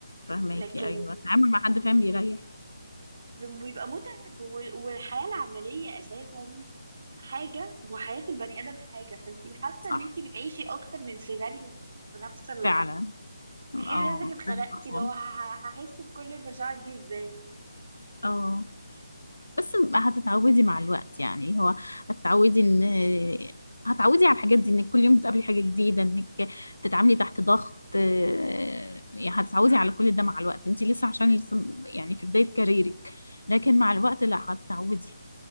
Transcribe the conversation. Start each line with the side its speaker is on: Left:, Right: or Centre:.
Left: فاهماكي
Right: لكن
Left: ايوه التعامل مع حد فاهم بيريح
Right: بيبقى متعب وال- والحياة العملية أساسا حاجة وحياة البني آدم حاجة فانتي حاسة
Left: صح
Right: ان انتي بتعيشي اكتر من سيناريو في نفس اللحظة
Left: فعلا اه
Right: تحسي نفسك
Left: مختلفة
Right: اتخنقتي
Left: خالص
Right: اللي هو ه- ه- هحس بكل المشاعر دي ازاي
Left: اه بس هتتعودي مع الوقت يعني اللي هو هتتعودي ان هتعودي على الحاجات دي انك كل يوم بتقابلي حاجة جديدة انك تتعاملي تحت ضغط آه، يعني هتتعودي على كل ده مع الوقت انت لسه عشان لسه يعني في بداية كاريرك لكن مع الوقت لا هتتعودي